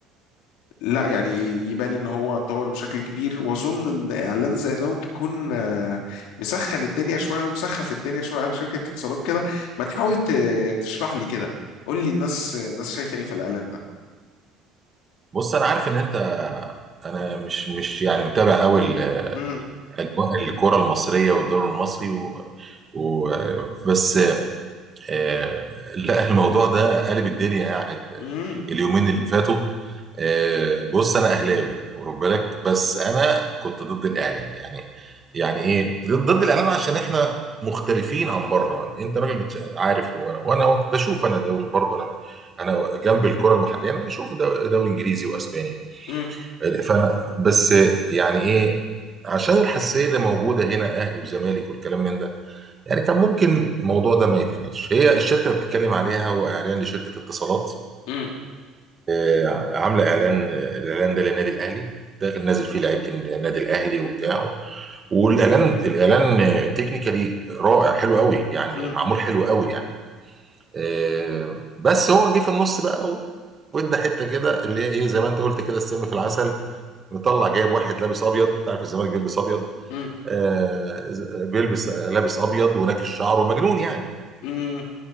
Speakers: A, on the left; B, on the right.
A: لا يعني يبان ان هو اتطور بشكل كبير واظن ان اعلان زي ده ممكن يكون آه، مسخن الدنيا شويه ومسخف الدنيا شويه على شركه الاتصالات كده ما تحاول ت- تشرح لي كده قول لي الناس الناس شايفه ايه في الاعلان ده
B: بص انا عارف ان انت انا مش مش يعني متابع قوي ال-
A: مم.
B: اجواء الكره المصريه والدوري المصري و... و... بس آه، لا الموضوع ده قلب الدنيا يعني ال-
A: مم.
B: اليومين اللي فاتوا آه، بص انا اهلاوي واخد بالك بس انا كنت ضد الاعلان يعني يعني ايه ضد الاعلان عشان احنا مختلفين عن بره انت راجل بت- عارف وانا وانا وأنت- بشوف انا دوري برضه انا انا جنب الكره المحليه انا بشوف دو- دوري انجليزي واسباني
A: مم.
B: فانا بس يعني ايه عشان الحساسيه اللي موجوده هنا اهلي وزمالك والكلام من ده يعني كان ممكن الموضوع ده ما يتعملش هي الشركه اللي بتتكلم عليها هو اعلان لشركه اتصالات
A: مم.
B: آه، عامله اعلان الاعلان ده للنادي الاهلي ده كان نازل فيه لعيبه النادي الاهلي وبتاع والاعلان الاعلان تكنيكالي رائع حلو قوي يعني
A: مم.
B: معمول حلو قوي يعني آه، بس هو جه في النص بقى و- وادى حته كده اللي هي ايه زي ما انت قلت كده السم في العسل مطلع جايب واحد لابس ابيض انت عارف الزمالك بيلبس ابيض
A: مم.
B: آه بيلبس لابس ابيض وناكش شعره مجنون يعني
A: مم.